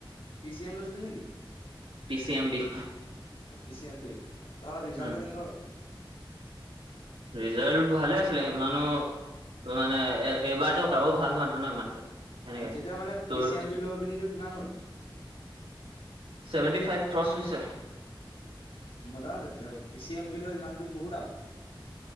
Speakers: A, on the left; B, on the right.
A: পি চি এম লৈছিলি নেকি?
B: P C M B
A: P M B ত ৰিজাল্টটো
B: উম
A: কেনেকোৱা হ'ল
B: ৰিজাল্ট ভালে আছিলে সিমানো মানে এ এবাৰতো কাৰো ভাল হোৱা নাই নয় ইমানকে সেনেকে
A: অ তেতিয়া মানে
B: তোৰ
A: পি চি এম বি লৈ পিনটো কিমান হ'ল।
B: ছেভেন্টি ফাইভ ক্ৰছ হৈছে
A: মজা আছে তেতিয়া হ'লে, পি চি এম বি লৈ ইমানতো বহুত আৰু।